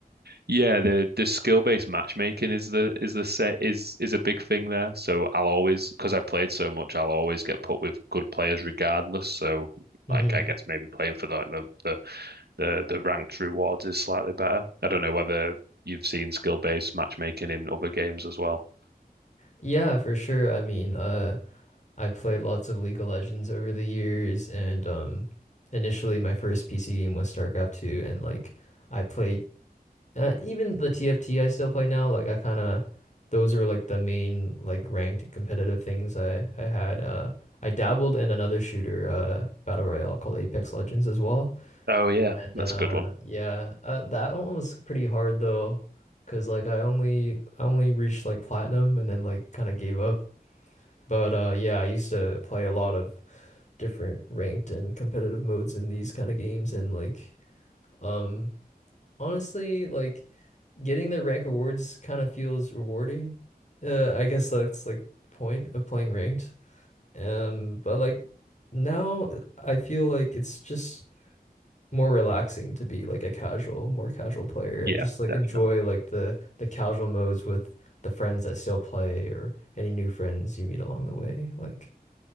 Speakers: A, on the right; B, on the left.
A: yeah, the the skill-based matchmaking is the is the set is is a big thing there. So I'll always because I played so much, I'll always get put with good players regardless. So
B: hmm
A: like I guess maybe playing for like the the the, the ranked rewards is slightly better. I don't know whether you've seen skill-based matchmaking in other games as well.
B: Yeah, for sure. I mean, uh i played lots of League of Legends over the years and um initially my first PC game was StarCraft 2 and like I played Uh, even the TFT I still play now, like I kind of those are like the main like ranked and competitive things I I had. Uh, I dabbled in another shooter, uh, battle royale called Apex Legends as well,
A: Oh yeah,
B: and then
A: that's
B: uh,
A: a good one.
B: yeah, uh, that one was pretty hard though, cause like I only I only reached like platinum and then like kind of gave up. But uh, yeah, I used to play a lot of different ranked and competitive modes in these kind of games, and like um honestly, like getting the rank awards kind of feels rewarding. Uh, I guess that's like the point of playing ranked. Um, but like now I feel like it's just more relaxing to be like a casual, more casual player
A: Yeah,
B: and just like
A: definitely.
B: enjoy like the the casual modes with the friends that still play or any new friends you meet along the way. Like,